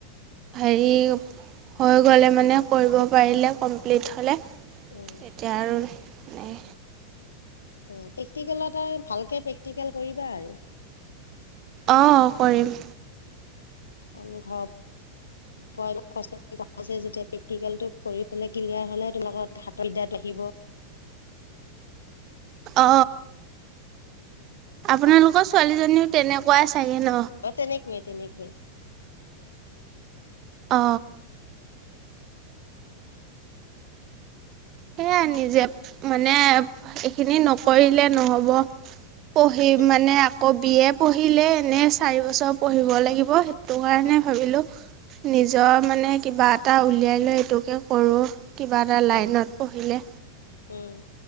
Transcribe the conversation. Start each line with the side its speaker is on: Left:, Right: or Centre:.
Right: হেৰি হৈ গ'লে মানে কৰিব পাৰিলে কমপ্লিট হ'লে তেতিয়া
Left: অ
Right: আৰু মানে
Left: অ প্ৰেক্টিকেলত আৰু ভালকে প্ৰেক্টিকেল কৰিবা। আৰু-
Right: অ কৰিম।
Left: অনুভৱ- কষ্ট কৰি পঢ়াইছে যেতিয়া প্ৰেক্টিকেলটো কৰি পেলাই ক্লিয়েৰ হলে তোমালোকৰ হাতৰ বিদ্যাটো আহিব। আহিব
Right: অ আপোনালোকৰ ছোৱালীজনীও তেনেকুৱাই চাগে ন
Left: অ তেনেকুৱাই তেনেকুৱাই
Right: অ সেয়াই নিজে মানে এইখিনি নকৰিলে নহ'ব পঢ়ি
Left: উম
Right: মানে আকৌ বি এ পঢ়িলে এনেই চাৰি বছৰ পঢ়িব লাগিব সেইটো কাৰণে
Left: উম
Right: ভাবিলোঁ নিজৰ মানে কিবা এটা উলিয়াই লৈ এইটোকে কৰোঁ। কিবা এটা লাইনত-
Left: উম
Right: পঢ়িলে
Left: উম